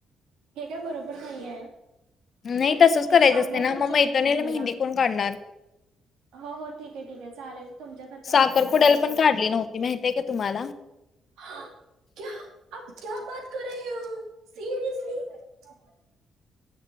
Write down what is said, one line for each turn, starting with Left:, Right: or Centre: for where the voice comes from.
Right: हे काय बरोबर नाही आहे.
Left: नाही
Right: बरं
Left: तसंच
Right: ठीक आहे
Left: करायचं
Right: सांगूया
Left: असते ना
Right: तुमच्या
Left: मग
Right: मैत्रिणीला.
Left: मेहंदी कोण काढणार.
Right: हो हो ठीक आहे ठीक आहे चालेल तुमच्या खतावर
Left: साखरपुड्याला
Right: पहिला काढू
Left: पण
Right: या.
Left: काढली नव्हती माहित आहे का तुम्हाला?
Right: <unintelligible> <unintelligible>